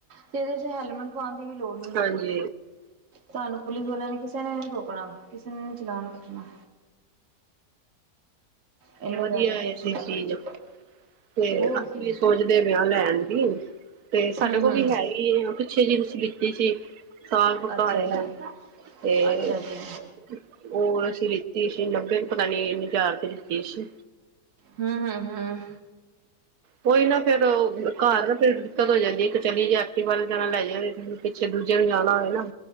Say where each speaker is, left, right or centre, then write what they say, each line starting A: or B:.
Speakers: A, on the right (about 50°); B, on the right (about 70°).
A: ਤੇ ਇਹਦੇ ਚ ਹੈਲਮਟ ਦੀ ਵੀ ਲੋੜ ਨਹੀਂ
B: ਹਾਂਜੀ
A: ਹੈਗੀ ਤੁਹਾਨੂੰ ਪੁਲਿਸ ਵਾਲਿਆਂ ਨੇ ਕਿਸੇ ਨੇ ਨੀ ਰੋਕਣਾ ਕਿਸੇ ਨੇ ਨੀ ਚਲਾਨ ਕੱਟਣਾ। ਇੰਨੇ
B: ਵਧੀਆ
A: ਬੈਨੀਫਿਟਸ
B: ਇੱਥੇ
A: ਨੇ ਇਹਦੇ
B: ਚੀਜ਼
A: ਚ
B: ਤੇ
A: ਹੋਰ
B: ਅਸੀਂ
A: ਕੀ
B: ਵੀ ਸੋਚਦੇ ਪਏ ਹ ਲੈਣ ਦੀ ਤੇ ਸਾਡੇ
A: ਹੂੰ
B: ਕੋਲ
A: ਹੂੰ
B: ਵੀ ਹੈ ਹੀ ਆ ਪਿੱਛੇ ਜਿ ਤੁਸੀਂ ਲਿਤੀ ਸੀ। ਸਾਲ ਪਕਾ
A: ਅੱਛਾ
B: ਹੋਇਆ
A: ਜੀ
B: ਤੇ
A: ਅੱਛਾ ਜੀ
B: ਉਹ ਅਸੀਂ ਲਿੱਤੀ ਸੀ ਨੱਬੇ ਪਤਾ ਨੀ ਹਜ਼ਾਰ ਰੁਪਏ ਲਿੱਤੀ ਦੀ। ਸੀ
A: ਹਮ-ਹਮ, ਹਮ
B: ਕੋਈ ਨਾ ਫੇਰ ਘਰ ਨਾ ਫੇਰ ਦਿੱਕਤ ਹੋ ਜਾਂਦੀ। ਚਲੀ ਜਾ ਵੱਲ ਜਾਣਾ ਲੈ ਜਾਂਦੇ ਪਿੱਛੇ ਦੂਜੇ ਨੂੰ ਜਾਣਾ ਹੋਵੇ ਨਾ